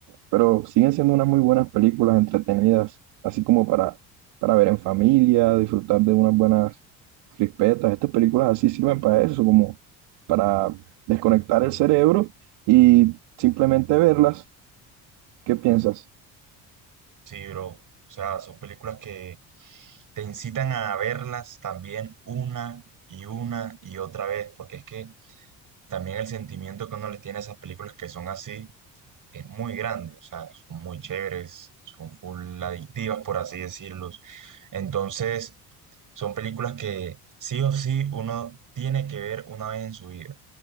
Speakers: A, on the right (about 80°); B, on the right (about 50°).
A: pero siguen siendo unas muy buenas películas entretenidas, así como para, para ver en familia, disfrutar de unas buenas crispetas. Estas películas así sirven para eso, como para desconectar el cerebro y simplemente verlas. ¿Qué piensas?
B: Sí, bro. O sea, son películas que te incitan a verlas también una y una y otra vez, porque es que También el sentimiento que uno le tiene a esas películas que son así es muy grande, o sea, son muy chéveres, son full adictivas, por así decirlos. Entonces, son películas que sí o sí uno tiene que ver una vez en su vida,